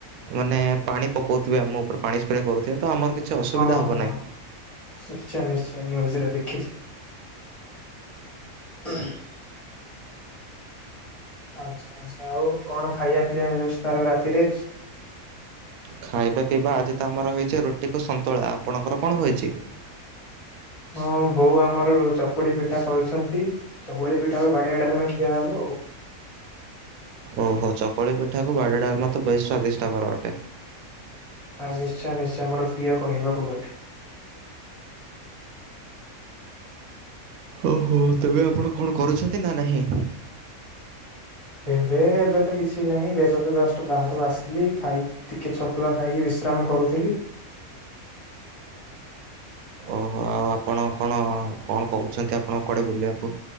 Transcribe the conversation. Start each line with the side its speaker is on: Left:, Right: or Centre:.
Right: ମାନେ ପାଣି ପକଉଥିବେ ଆମ ଉପରେ ପାଣି ସ୍ପ୍ରେ କରୁଥିବେ ତ ଆମର କିଛି ଅସୁବିଧା
Left: ହଁ
Right: ହବ
Left: ହଁ
Right: ନାହିଁ।
Left: ନିଶ୍ଚୟ ନିଶ୍ଚୟ ନିଉଜରେ ଦେଖିଛି। <unintelligible> ଆଛା ଆଚ୍ଛା ଆଉ କଣ ଖାଇବା ପିଇବା ବ୍ୟବସ୍ଥା ଏବେ ରାତିରେ?
Right: ଖାଇବା ପିଇବା ଆଜି ତ ଆମର ହେଇଛି ରୁଟିକୁ ସନ୍ତୁଳା ଆପଣଙ୍କର କଣ ହୋଇଛି?
Left: ହଁ ବୋଉ ଆମର ଚକୁଳି ପିଠା କରୁଛନ୍ତି। ଚୁକୁଳିପିଠାକୁ ବାଡିଆ ଡାଲମା ଖିଆ ହବ ଆଉ।
Right: ଓହୋ ଚକୁଳି ପିଠାକୁ ବାଡିଆ ଡାଲମା ତ ବେଶ ସ୍ଵାଦିଷ୍ଟ କର ଅଟେ।
Left: ହଁ ନିଶ୍ଚୟ ନିଶ୍ଚୟ ମୋର ପ୍ରିୟ କହିବାକୁ ଗଲେ।
Right: ଓହୋ ତେବେ ଆପଣ କଣ କରୁଛନ୍ତି ନା ନାହିଁ?
Left: ଏବେ ଏବେ ତ କିଛି ନାହିଁ ଏବେ ତ ଜଷ୍ଟ ବାହାରୁ ଆସିଲି ଖାଇକି ଟିକେ ଛତୁଆ ଖାଇକି ବିଶ୍ରାମ କରୁଥିଲି।
Right: ଓହୋ ଆଉ ଆପଣ କଣ କଣ କହୁଛନ୍ତି ଆପଣ କୁଆଡେ ବୁଲିବାକୁ?